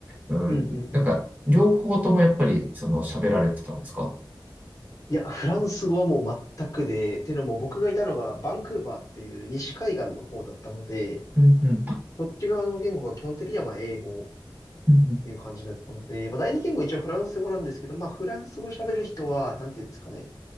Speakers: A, on the right (about 20°); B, on the left (about 40°).
A: うん、
B: うん、うん、うん。
A: なんか、両方ともやっぱり、その、喋られてたんですか
B: いや、フランス語はもう全くで、っていうのも僕がいたのがバンクーバーっていう西海岸の方だったので、
A: うんうん。
B: そっち側の言語が基本的にはまあ英語っ
A: うんうん。
B: ていう感じだったので、まあ第二言語一応フランス語なんですけど、まあフランス語喋る人は、なんていうんですかね。